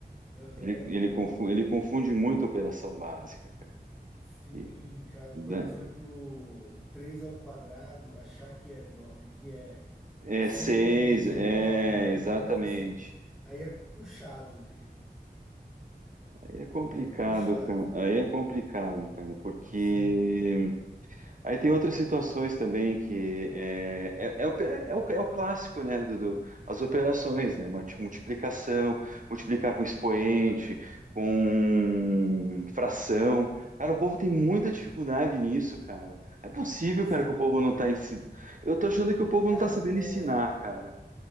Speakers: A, in the centre; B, on the right (about 50°).
A: Aham.
B: Ele, ele, confunde, ele confunde muito operação básica, cara.
A: Sim,
B: E,
A: cara,
B: né,
A: por exemplo, 3 ao quadrado, achar que é no, que é
B: é
A: seis
B: seis,
A: em vez de
B: é
A: nove, né? Alguma
B: exatamente.
A: coisa assim. Aí é puxado, né?
B: Aí é complicado,
A: Aí é puxado.
B: cara. Aí é complicado, cara, porque
A: Sim,
B: Aí tem outras situações também que é, é, é o, é o- é o clássico, né, do, do- as operações, né, multi- multiplicação, multiplicar com expoente, com fração. Cara, o povo tem muita dificuldade nisso, cara. É possível,
A: sim.
B: cara, que o povo não tá ensinando. Eu tô achando que o povo
A: Cara,
B: não tá sabendo
A: é,
B: ensinar, cara.